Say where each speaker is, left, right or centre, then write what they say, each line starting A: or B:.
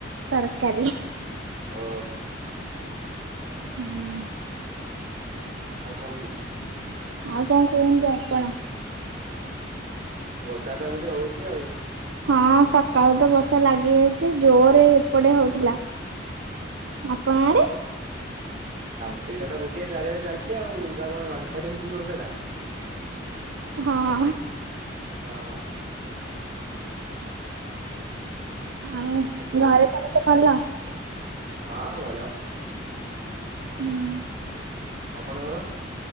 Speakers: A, on the right; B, on the right.
A: ତରକାରୀ।
B: ଓ
A: ହୁଁ।
B: ଆଉ କୁହନ୍ତୁ?
A: ଆଉ କଣ କୁହନ୍ତୁ ଆପଣ?
B: ବର୍ଷା ତ ଏମିତି ହୋଉଚି ଆଉ।
A: ହଁ ସକାଳୁ ତ ବର୍ଷା ଲାଗିରହିଚି ଜୋରେ ଏପଟେ ହୋଉଥିଲା। ଆପଣ ଆଡେ
B: ଆଉ ସେଇଟା ତ ଗୋଟେ ଜାଗାରେ ଚାଲିଚି ଆଉ ଆଉ କଣ ୱାନ୍ ସାଇଡ ହୋଉଚି ବର୍ଷା ଟା।
A: ହଁ।
B: ହଁ
A: ଆଉ
B: କୁହନ୍ତୁ
A: ଘରେ ସମସ୍ତେ ଭଲ?
B: ହଁ ଭଲ।
A: ହୁଁ।
B: ଆପଣଙ୍କର?